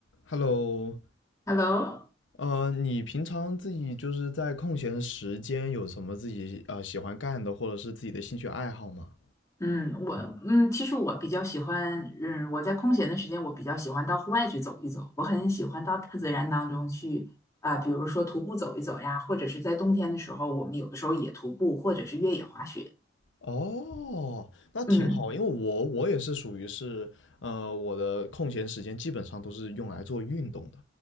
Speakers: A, on the left (about 80°); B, on the left (about 20°).
A: Hello，
B: Hello，
A: 呃，你平常自己就是在空闲的时间有什么自己啊、呃喜欢干的，或者是自己的兴趣爱好吗？
B: 嗯，我嗯，其实我比较喜欢，嗯，我在空闲的时间，我比较喜欢到户外去走一走。我很喜欢到大自然当中去，啊、比如说徒步走一走呀，或者是在冬天的时候，我们有的时候也徒步，或者是越野滑雪。
A: 哦，那挺好，
B: 嗯
A: 因为我我也是属于是，呃，我的空闲时间基本上都是用来做运动的，